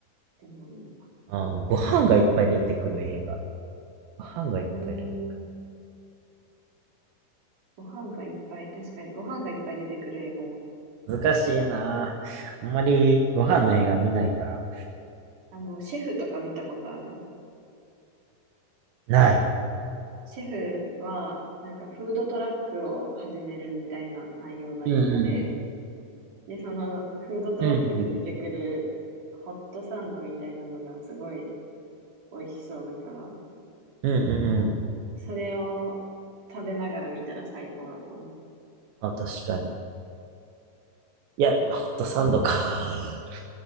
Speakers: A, on the right; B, on the right.
A: でもいいな。
B: あー、ご飯がいっぱい出てくる映画。ご飯がいっぱい出て
A: うーん、ご飯がいっぱい、確かにご飯がいっぱい出てくる映画がいい。
B: 難しいなあ。あんまりご飯の映画見ないから。
A: あの、シェフとか見たことある
B: ない。
A: シェフは、なんかフードトラックを始めるみたいな内容の映画で、
B: うんうん。
A: で、そのフードトラックで出てくるホットサンドみたいなのがすごい
B: うんうん
A: 美味しそうだから、
B: うんうんうん。
A: それを食べながら見たら最高だと思う。
B: あ、確かに。いや、ホットサンドか。<laughs>